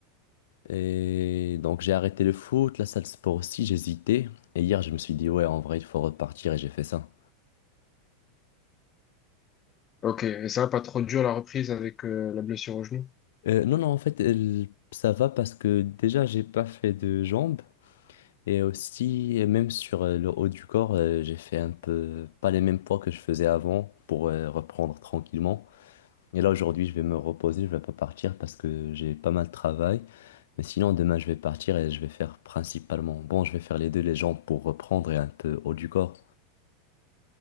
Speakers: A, on the left (about 80°); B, on the left (about 25°).
A: Et donc j'ai arrêté le foot, la salle de sport aussi, j'hésitais. Et hier, je me suis dit, ouais, en vrai, il faut repartir et j'ai fait ça.
B: Ok, et ça va pas trop dur la reprise avec euh, la blessure au genou.
A: Euh, non, non, en fait, elle- ça va parce que déjà, j'ai pas fait de jambes. Et aussi, même sur euh, le haut du corps, euh, j'ai fait un peu, pas les mêmes poids que je faisais avant pour euh, reprendre tranquillement. Et là, aujourd'hui, je vais me reposer, je vais pas partir parce que j'ai pas mal de travail. Mais sinon, demain, je vais partir et je vais faire principalement, bon, je vais faire les deux, les jambes pour reprendre et un peu haut du corps.